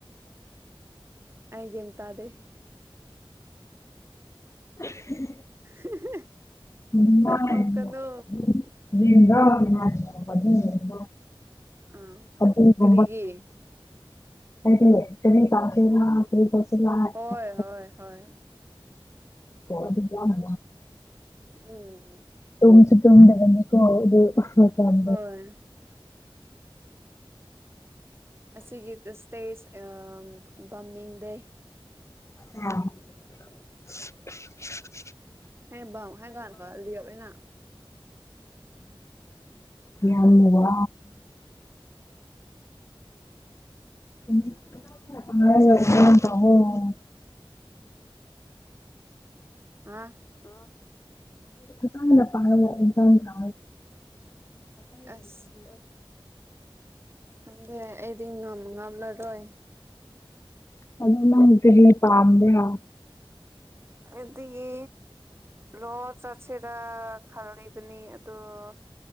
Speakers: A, on the right; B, on the left.
A: ꯍꯥꯏꯒꯦꯇꯗꯦ
B: <unintelligible>
A: <unintelligible>
B: <unintelligible>
A: ꯅꯣꯛꯀꯅꯨ ꯑꯥ
B: ꯑꯗꯨ ꯊ
A: ꯀꯔꯤꯒꯤ
B: ꯍꯥꯏꯗꯤ ꯀ ꯇꯁꯤꯗ ꯀꯣꯠꯁꯤ ꯂꯑ
A: ꯍꯣꯏ
B: ꯊꯣꯛ
A: ꯍꯣꯏ ꯍꯣꯏ
B: ꯑꯗꯨꯝ ꯌꯥꯅ
A: ꯎꯝ
B: ꯇꯣꯝꯁꯤ ꯇꯣꯡꯗꯅꯅꯤ ꯀꯣ ꯑꯗꯨ ꯀꯥꯟ
A: ꯍꯣꯏ ꯑꯁꯤꯒꯤ ꯁꯇꯦꯖ ꯕꯝꯅꯤꯡ ꯗꯦ
B: <unintelligible>
A: ꯍꯦ ꯕ ꯍꯦꯒꯔ ꯈꯂꯤꯕꯅ
B: ꯌꯥꯝ
A: ꯎꯝ
B: ꯋꯥ <unintelligible>
A: ꯑꯉꯥꯡ
B: ꯐꯅ ꯄꯥꯔ ꯏꯟꯁꯥꯡ ꯈ
A: ꯑꯁ ꯈꯪꯗꯦ ꯑꯩꯗꯤ ꯉꯥꯝꯂꯔꯣꯏ
B: ꯀꯩꯅꯣꯅ ꯐꯅꯤ ꯄꯥꯝꯗꯦ ꯍꯥ
A: ꯏꯁꯤꯗꯒꯤ ꯂꯣ ꯆꯠꯁꯤꯔꯥ ꯈꯜꯂꯤꯕꯅꯤ ꯑꯣ